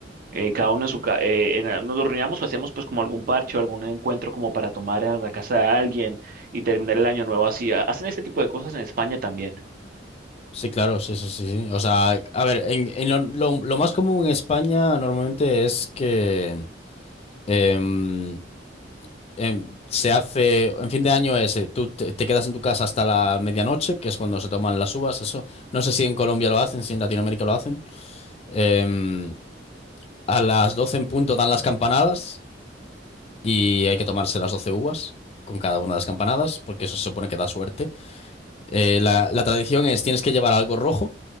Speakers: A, on the right (about 50°); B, on the left (about 35°).
A: eh, cada uno en su casa, nos reuníamos o hacíamos pues como algún parche o algún encuentro como para tomar en la casa de alguien y terminar el año nuevo así. Ha- Hacen este tipo de cosas en España también.
B: Sí, claro, sí, sí, sí, sí. O sea, a ver, en, en lo, lo- lo más común en España normalmente es que em, em, se hace, en fin de año es, eh, tú te, te quedas en tu casa hasta la medianoche, que es cuando se toman las uvas, eso. No sé si en Colombia lo hacen, si en Latinoamérica lo hacen. Em, a las 12 en punto dan las campanadas y hay que tomarse las 12 uvas con cada una de las campanadas porque eso se supone que da suerte. Eh, la, la tradición es tienes que llevar algo rojo,